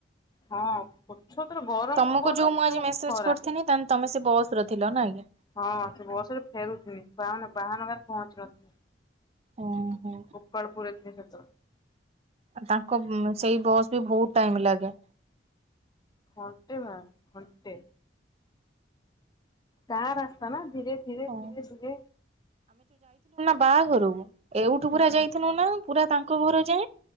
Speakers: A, on the left; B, on the right.
A: ହଁ। ପଛତୁରୁ ଗରମ
B: ତମକୁ
A: କୁ ଗରମ
B: ଯୋଉ ମୁଁ ଆଜି ମେସେଜ
A: ଖରା।
B: କରିଥିନିତାନେ ତମେ ସେ ବସ ର ଥିଲ ନା କି?
A: ହଁ ସେ ବସରେ ଫେରୁଥିନି ବାହାନ ବାହାନଗା ରେ ପହଞ୍ଚି ନଥ।
B: ଓହୋ
A: ଉକାଳପୁର ଏଥି ତ୍
B: ତାଙ୍କ ସେଇ ବସ୍ ବି ବହୁତ ଟାଇମ ଲାଗେ।
A: ଘଣ୍ଟେ ମା ଘଣ୍ଟେ। ତାର ଆସ୍ତା ନା ଧୀରେ ଧୀରେ
B: ହଁ
A: ଧୀରେ ଧୀରେ।
B: ବା ଘରକୁ ଏଇଠୁ
A: ହଁ
B: ପୁରା ଯାଇଥଥିଲୁ ନା ପୁରା ତାଙ୍କ ଘରେ। ଯେ